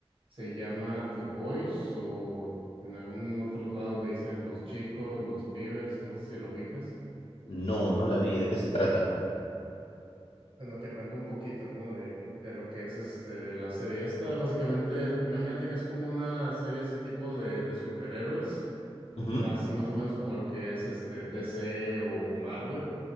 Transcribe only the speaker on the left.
No, no la vi. ¿De qué se trata?
Ujú,